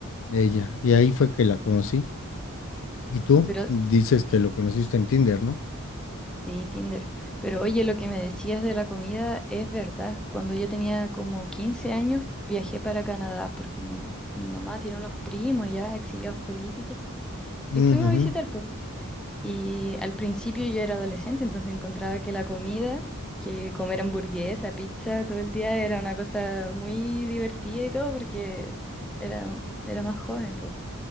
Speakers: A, on the left; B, in the centre.
A: ella. Y ahí fue que la conocí. Y tú
B: Pero
A: dices que lo conociste en Tinder, ¿no?
B: sí, Tinder. Pero oye, lo que me decías de la comida es verdad. Cuando yo tenía como 15 años, viajé para Canadá porque mi, mi mamá tiene unos primos ya exiliados políticos y
A: Ujú,
B: fuimos a visitar. Y al principio yo era adolescente, entonces encontraba que la comida, que comer hamburguesa, pizza todo el día era una cosa muy divertida y todo porque era, era más joven, po.